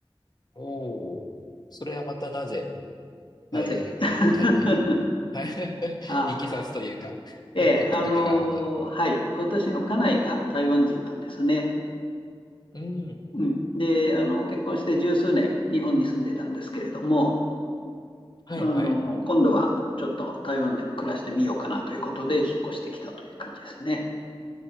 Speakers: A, on the left; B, on the left.
A: おおー。それはまたなぜ
B: なぜ
A: 台湾の台北に
B: <laughs>
A: <laughs>
B: あ、
A: 行きさつというか、
B: ええ、
A: 何かきっかけがあるなら。
B: あのはい。私の家内が台湾人なんですね。
A: うん。
B: うん。で、あの、結婚して十数年、日本に住んでたんですけれども、
A: はいはい。
B: あの今度はちょっと台湾でも暮らしてみようかなということで、引っ越してきたという感じですね。